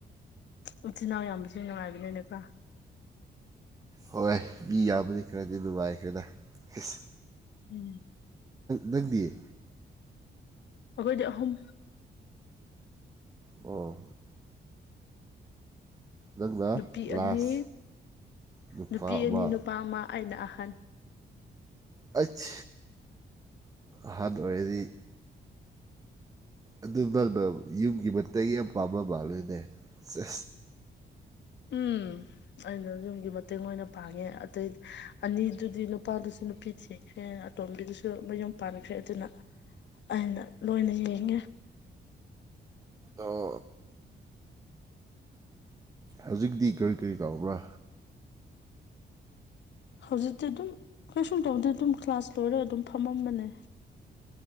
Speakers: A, on the left; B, on the right.
A: ꯎꯆꯆꯤꯟꯜ ꯏꯅꯥꯎ ꯌꯥꯝꯕꯁꯨ ꯅꯨꯡꯉꯥꯏꯕꯅꯦꯅꯦꯀ
B: ꯍꯣꯏꯣꯏ ꯃꯤ ꯌꯥꯝꯕꯗꯤ ꯈꯔꯗꯤ ꯅꯨꯡꯉꯥꯏꯈ꯭ꯔꯦꯗ ꯑꯁ
A: ꯎꯝ
B: ꯂꯩꯗꯤꯌꯦ
A: ꯑꯩꯈꯣꯏꯗꯤ ꯑꯍꯨꯝ
B: ꯑꯣ ꯅꯪꯅ
A: ꯅꯨꯄꯤ
B: ꯂꯥꯁ
A: ꯑꯅꯤ
B: ꯅꯨꯄꯥ
A: ꯅꯨꯄꯤ
B: ꯑꯃ
A: ꯑꯅꯤ ꯅꯨꯄꯥ ꯑꯃ ꯑꯩꯅ ꯑꯍꯜ
B: ꯑꯩ ꯑꯍꯥꯟꯕ ꯑꯣꯏꯔꯗꯤ ꯑꯗꯨ ꯅꯪꯅ ꯌꯨꯝꯒꯤ ꯃꯇ ꯌꯥꯝ ꯄꯥꯝꯕ ꯃꯥꯂꯣꯏꯅꯦꯁ
A: ꯎꯝ ꯑꯩꯅ ꯌꯨꯝꯒꯤ ꯃꯇꯦꯡ ꯑꯣꯏꯅ ꯄꯥꯡꯉꯦ ꯑꯇꯩꯗꯤ ꯑꯅꯤꯗꯨꯗꯤ ꯅꯨꯄꯥꯗꯨꯁꯨ ꯅꯨꯄꯤ ꯊꯤꯈ꯭ꯔꯦ ꯑꯇꯣꯝꯕꯤꯗꯨꯁꯨ ꯃꯌꯨꯝ ꯄꯥꯟꯈ꯭ꯔꯦ ꯑꯗꯨꯅ ꯑꯅ ꯂꯣꯏꯅꯖꯉ
B: ꯑꯣ ꯍꯧꯖꯤꯛꯇꯤ ꯀꯔꯤ ꯀꯔꯤ ꯇꯧꯕ꯭ꯔꯥ
A: ꯍꯧꯖꯤꯛꯇꯤ ꯑꯗꯨꯝ ꯀꯩꯁꯨꯝ ꯇꯧꯗꯅ ꯑꯗꯨꯝ ꯀ꯭ꯂꯥꯁ ꯂꯣꯏꯔꯒ ꯑꯗꯨꯝ ꯐꯝꯃꯝꯕꯅꯦ